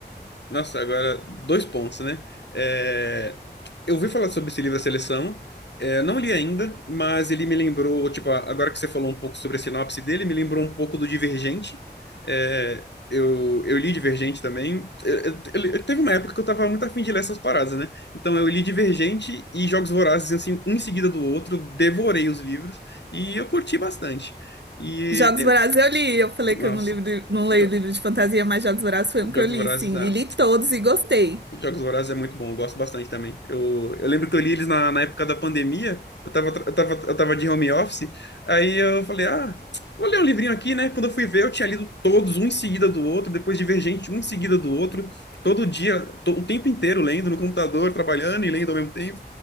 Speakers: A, on the left; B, on the right.
A: Nossa, agora dois pontos, né? É, eu ouvi falar sobre esse livro A Seleção, é, não li ainda, mas ele me lembrou, tipo, a- agora que você falou um pouco sobre a sinopse dele, me lembrou um pouco do Divergente. É, eu, eu li Divergente também. Eu- eu- eu- eu- teve uma época que eu tava muito afim de ler essas paradas, né? Então eu li Divergente e Jogos Vorazes, assim, um em seguida do outro, devorei os livros e eu curti bastante. E
B: Jogos
A: tem.
B: Vorazes eu li, eu falei
A: Nossa,
B: que eu não, livro de- não leio
A: Jo-
B: livro de fantasia, mas Jogos Vorazes foi
A: Jogos
B: um que eu li,
A: Vorazes,
B: sim,
A: ah,
B: e li todos e gostei.
A: Jogos Vorazes é muito bom, eu gosto bastante também. Eu, eu lembro que eu li eles na, na época da pandemia, eu tava, tra- eu tava, eu tava de home office, aí eu falei, ah, vou ler um livrinho aqui, né? Quando eu fui ver, eu tinha lido todos, um em seguida do outro, depois Divergente, um em seguida do outro, todo dia, to- o tempo inteiro lendo no computador, trabalhando e lendo ao mesmo tempo.